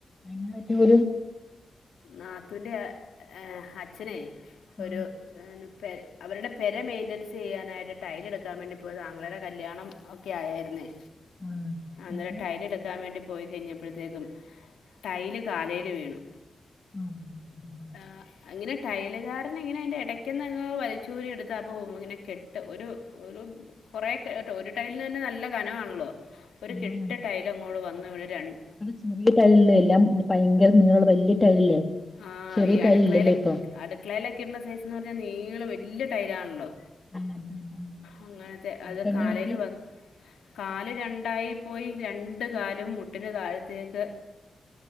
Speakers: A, on the left (about 25°); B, on the left (about 85°).
A: എന്ന പറ്റി പോലും
B: നാത്തുന്റെ അച്ഛനെ ഒരു
A: ആഹ്
B: പെ അവരുടെ പെരെ മെയിന്റെൻസെയ്യാനായിട്ട് ടൈലെടുക്കാൻ വേണ്ടി പോയത ആങ്ങളെടെ കല്യാണം ഓക്കെ ആയായിര്ന്നേ
A: ആഹ്
B: അന്നേരം
A: മറ്റേ
B: ട്ടൈലെടുക്കാൻ വേണ്ടി പോയി കഴിഞ്ഞപ്പഴ്ത്തേക്കും. ട്ടൈല് കാലേല് വീണു.
A: <unintelligible>
B: ആഹ് ങ്ങെനെ ടൈലുകാരനിങ്ങനെ അയ്ന്റെ ഇടക്കിന്നങ്ങ് വലിച്ചൂരി എടുത്താപ്പോ ങ്ങനെ കെട്ട ട്ട ഒരു ഒരു കൊറെ കേട്ടോ ഒരു ടൈൽനന്നെ നല്ല കനവാണല്ലോ? ഒരു
A: ആഹ്
B: കെട്ട് ടൈലങ്ങോട്ട് വന്ന് വീണ് രണ്ട്
A: ചെറിയട്ടൈലില്ല എല്ലാം ഭയങ്കര നീളള്ള വല്യ ടൈലല്ലേ
B: ആ
A: ചെറിയ
B: ഈ
A: ട്ടൈലില്ലല്ലോ
B: അടുക്കളയിലെ
A: ഇപ്പം
B: അടുക്കളയിലൊക്കെ ഇടുന്ന സൈസ്ന്ന് പറഞ്ഞാൽ നീള വല്യ ടൈലാണല്ലോ
A: ആഹ് അതാണ്. ആഹ്
B: അങ്ങനത്തെ
A: എന്നിട്ട്
B: അത്
A: എന്നാ
B: കാലേല്
A: പറ്റി
B: വന്ന് കാല് രണ്ടായി പോയി രണ്ട് കാലും മുട്ടിന് താഴത്തേക്ക്